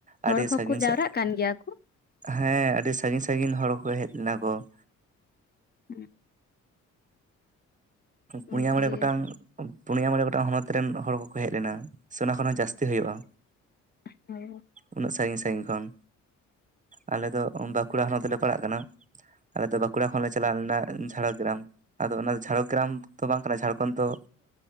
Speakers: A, on the left; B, on the right.
A: ᱦᱚᱲ
B: ᱟᱹᱰᱤ
A: ᱦᱚᱸᱠᱚ
B: ᱥᱟᱺᱜᱤᱧ
A: ᱡᱟᱣᱨᱟᱜ
B: ᱥᱮᱫ ᱾
A: ᱠᱟᱱ ᱜᱮᱭᱟ ᱠᱚ,
B: ᱦᱮᱸ ᱟᱹᱰᱤ ᱥᱟᱺᱜᱤᱧ ᱥᱟᱺᱜᱤᱧ ᱦᱚᱲ ᱠᱚ ᱦᱮᱡ ᱞᱮᱱᱟ ᱠᱚ ᱾
A: ᱦᱮᱸ <unintelligible>
B: ᱯᱩᱱᱭᱟ
A: ᱢᱚᱸᱡᱽ
B: ᱢᱚᱬᱮ
A: ᱜᱮ
B: ᱜᱚᱴᱟᱝ ᱯᱩᱱᱭᱟ ᱢᱚᱬᱮ ᱜᱚᱴᱟᱝ ᱦᱚᱱᱚᱛ ᱨᱮᱱ ᱦᱚᱲ ᱠᱚᱠᱚ ᱦᱮᱡ ᱞᱮᱱᱟ ᱥᱮ ᱚᱱᱟ ᱠᱷᱚᱱ ᱦᱚᱸ ᱡᱟᱹᱥᱛᱤ ᱦᱳᱭᱳᱜ-ᱟ ᱾
A: <unintelligible>
B: ᱩᱱᱟᱹᱜ ᱥᱟᱺᱜᱤᱧ ᱥᱟᱺᱜᱤᱧ ᱠᱷᱚᱱ ᱟᱞᱮ ᱫᱚ ᱵᱟᱸᱠᱩᱲᱟ ᱦᱚᱱᱚᱛ ᱞᱮ ᱯᱟᱲᱟᱜ ᱠᱟᱱᱟ ᱟᱞᱮ ᱫᱚ ᱵᱟᱸᱠᱩᱲᱟ ᱠᱷᱚᱱ ᱞᱮ ᱪᱟᱞᱟᱣ ᱞᱮᱱᱟ ᱡᱷᱟᱲᱜᱨᱟᱢ ᱟᱫᱚ ᱚᱱᱟ ᱡᱷᱟᱲ ᱜᱨᱟᱢ ᱫᱚ ᱵᱟᱝ ᱠᱟᱱᱟ ᱡᱷᱟᱲᱠᱷᱚᱸᱰ ᱫᱚ